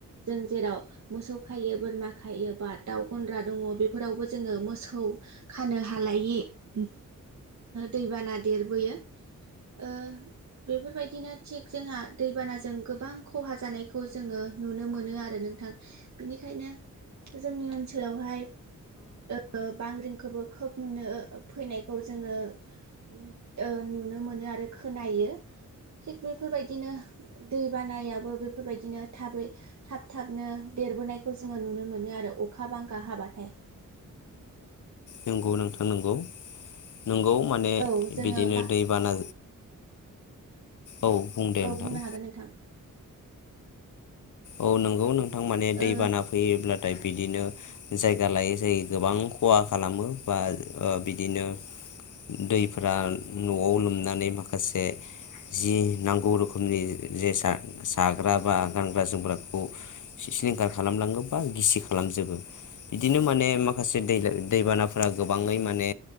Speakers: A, on the right; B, on the left.
A: जों जेराव मोसौ खायो बोरमा खायो योबा दाउ गन्द्रा दंङ बेफोरावबो जोंङो मोसौ खानो हालायि ओ दैबाना देरबोयो ओ बेफोरबायदिनो थिग जोंहा दैबानाजों गोबां खहा जानायखौ जोंङो नुनो मोनो आरो नोंथां बेनिखायनो जोंनि ओनसोलावहाय ओ बांग्रिंखौबो खोब नुनो फैनायखौ जोंङो मिथ ओ नुनो मोनो आरो खोनायो थिग बेफोरबायदिनो दै बानायाबो बेफोरबायदिनो थाबै थाब थाबनो देरबोनायखौ जोंङो नुनो मोनो आरो अखा बांखा हाबाथाय।
B: नोंगौ नोंथां। नोंगौ नोंगौ माने
A: औ जोङो
B: बिदिनो
A: बा
B: दैबाना औ बुं दे
A: औ
B: नोंथां
A: बुंनो हागोन नोंथां
B: औ नंगौ नोंथां माने दैबाना
A: ओ
B: फैयोब्ला थाय बिदिनो जायगा लायै जाय गोबां खहा खालामो बा ओ बिदिनो दैफोरा नआव लोमनानै माखासे जि नांगौ रोखोमनि जेसा जाग्राबा गान ग्रा जोमग्राखौ सिलिंखार खालामलांङो बा गिसि खालामजोबो बिदिनो माने मा खासे दै दैबानाफोरा गोबांङै माने